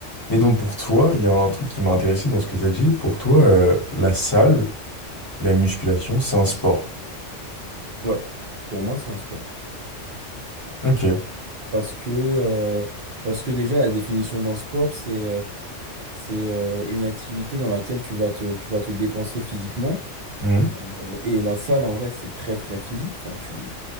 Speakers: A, on the left; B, on the right.
A: Mais donc pour toi, il y a un truc qui m'a intéressé dans ce que tu as dit. Pour toi, euh, la salle et la musculation, c'est un sport.
B: Ouais, pour moi, c'est un sport.
A: Ok.
B: Parce que, euh, parce que déjà, la définition d'un sport, c'est euh, c'est euh, une activité dans laquelle tu vas te, tu vas te dépenser physiquement.
A: Mhm.
B: Euh, et la salle, en vrai, c'est très, très physique. Enfin, tu